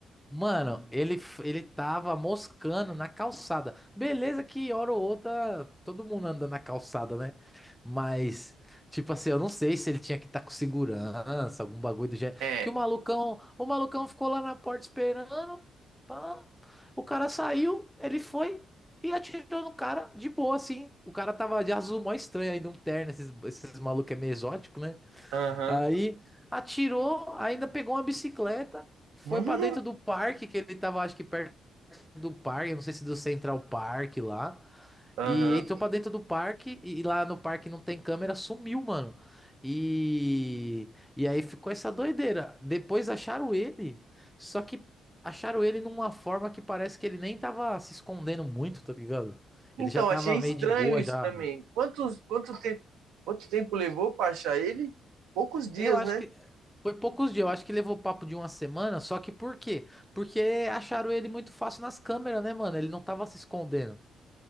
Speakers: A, in the centre; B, on the right (about 80°).
A: Mano, ele, ele tava moscando na calçada. Beleza que hora ou outra todo mundo anda na calçada, né? Mas, tipo assim, eu não sei se ele tinha que estar com segurança, algum bagulho do gênero.
B: É,
A: Que o malucão, o malucão ficou lá na porta esperando. pá. O cara saiu, ele foi e atirou no cara de boa, assim. O cara tava de azul mó estranho ainda, um terno. Esses, esses malucos é meio exótico, né?
B: aham.
A: Aí atirou, ainda pegou uma bicicleta, foi
B: <laughs>
A: pra dentro do parque, que ele tava acho que perto do parque, não sei se do Central Park lá,
B: Aham,
A: e entrou pra dentro do parque e e lá no parque não tem câmera, sumiu, mano. E e aí ficou essa doideira. Depois acharam ele, só que acharam ele numa forma que parece que ele nem tava se escondendo muito, tá ligado?
B: Então,
A: Ele já tava
B: achei estranho
A: meio de boa
B: isso
A: já.
B: também. Quantos, quanto tempo, quanto tempo levou para achar ele? Poucos dias,
A: Eu acho
B: né?
A: que foi poucos dias, eu acho que levou papo de uma semana, só que por quê? Porque acharam ele muito fácil nas câmeras, né, mano? Ele não tava se escondendo.